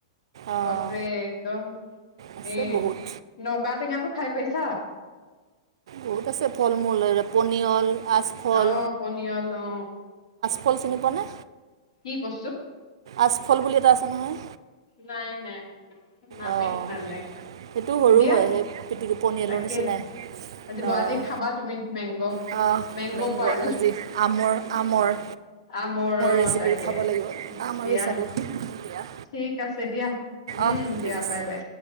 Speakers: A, on the right; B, on the left.
A: অঁ
B: বাপৰে একদম
A: আছে
B: এই
A: বহুত
B: নৌকা টেঙাটো খাই। পাইছা
A: বহুত আছে ফল মূলৰে পনিয়ল আচফল
B: আহ পনিয়াল অ।
A: ফল চিনি পোৱানে?
B: কি বস্তু?
A: পচফল বুলি এটা আছে নহয়?
B: নাই নাই। নামেই
A: অঁ
B: শুনা নাই
A: সেইটো সৰু
B: দিয়া।
A: হয় সেই পিটিকি পনিয়লৰ
B: তাকে
A: নিচিনাই
B: আজিব
A: অঁ
B: আজি খাবা তুমি মেংগ
A: আহ
B: মেংগ পাৰ
A: আজি আমৰ আমৰ
B: আমৰ
A: ৰেচিপি
B: তাকে
A: খাব লাগিব আম
B: দিয়া
A: আৰু চালু দিয়া
B: ঠিক আছে দিয়া উম।
A: অঁ ঠিক
B: দিয়া
A: আছে
B: বাই বাই।